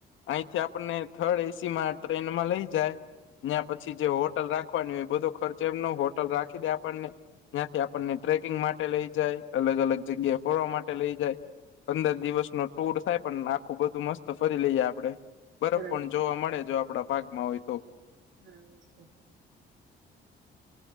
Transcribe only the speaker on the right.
બરાબર
છે
હા બ.